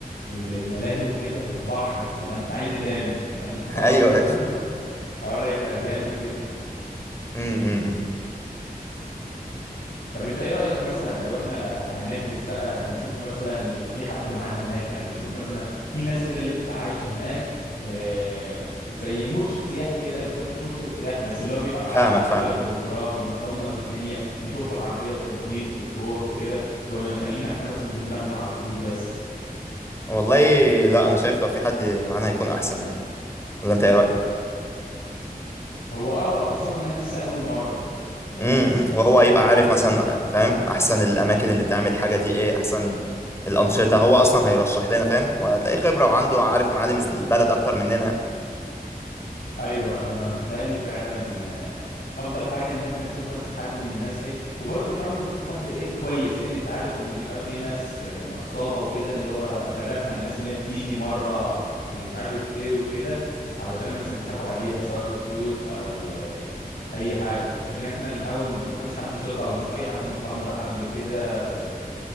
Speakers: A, on the left; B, on the left.
A: الملاهي وكده والبحر فاللي انت عايز إيه تاني فاهم خلاص
B: <laughs> ايوه
A: <laughs> حوار يبقى جامد جدا
B: امم امم امم.
A: طب انت ايه رأيك مثلا لو احنا هنحجز بقى نشوف مثلا يبقى في حد معانا هناك يعني نشوف مثلا في ناس كده اللي بتبقى عايشة هناك آه، زي مرشد سياحي كده بس هو مش مرشد سياحي بس اللي هو بيبقى معاك
B: فاهمك
A: يحط
B: فاهم
A: لك بروجرام ينظم لك الدنيا يشوف لك عربية توديك وتروح وكده ولا نخلينا احنا مثلا بدماغنا على طول بس
B: والله لا انا شايف لو في حد معانا هيكون احسن يعني ولا انت ايه رايك
A: هو اه خصوصا انها لسه اول مرة فاهم
B: امم امم. وهو هيبقى عارف مثلا فاهم احسن الاماكن اللي بتعمل الحاجه دي ايه احسن الانشطه هو اصلا هيرشح لنا فاهم وهتلاقي خبره وعنده عارف معالم البلد اكتر مننا
A: ايوه انا بيتهيألي فعلا آه، افضل حاجه ان احنا نشوف مثلا حد من الناس ايه وبرضه نحاول نشوف حد ايه كويس لان انت عارف ان بيبقى في ناس آه، نصابه وكده اللي هو هدفها الناس اللي هي بتيجي مره ومش عارف ايه وكده علشان مثلا يضحكوا عليها سواء في فلوس او آه، اي حاجه لكن احنا نحاول نشوف مثلا حد ثقه او نشوف اي حد من صحابنا راح قبل كده و...